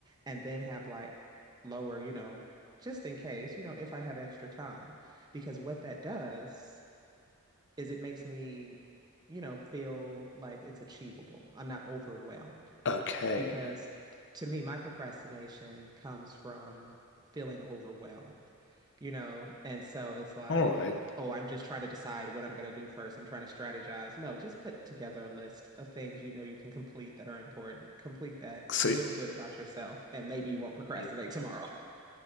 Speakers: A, on the right; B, on the left.
A: and then have like lower, you know, just in case, you know, if I have extra time. Because what that does is it makes me, you know, feel like it's achievable. I'm not overwhelmed
B: Okay.
A: because to me, my procrastination comes from feeling overwhelmed, you know? And so it's like,
B: All right.
A: oh, I'm just trying to decide what I'm going to do first. I'm trying to strategize. No, just put together a list of things you know you can complete that are important. Complete that,
B: So,
A: feel good about yourself, and maybe you won't procrastinate
B: yeah.
A: tomorrow. <laughs>